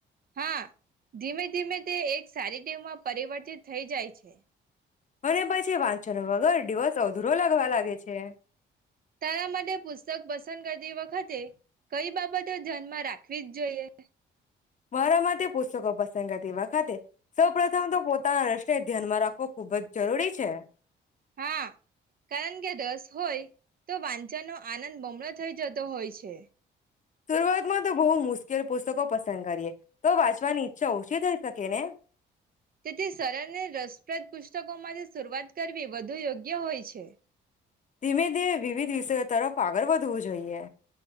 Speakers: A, on the right; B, on the left.
A: હા ધીમે ધીમે તે એક સારી ટેવમાં પરિવર્તિત થઈ જાય છે.
B: અને પછી વાંચન વગર દિવસ અધૂરો લાગવા લાગે છે.
A: તારા માટે પુસ્તક પસંદ કરતી વખતે કઈ બાબતો ધ્યાન માં રાખવી જ જોઈએ? <unintelligible>
B: મારા માટે પુસ્તકો પસંદ કરતી વખતે સૌપ્રથમ તો પોતાના રર્શને ધ્યાનમાં રાખવો ખુબ જ જરૂરી છે.
A: હા. કારણ કે રસ હોય તો વાંચનો આનંદ બણલો થઈ જતો હોય છે.
B: શરૂઆતમાં તો બહું મુશ્કેલ પુસ્તકો પસંદ કરીએ તો વાંચવાની ઈચ્છા ઓછી થઈ શકે ને?
A: તેથી સરળ ને રસપ્રદ પુસ્તકોમાંથી શરૂઆત કરવી વધુ યોગ્ય હોય છે.
B: ધીમે ધીમે વિવિધ વિષયો તરફ આગળ વધવું જોઈએ.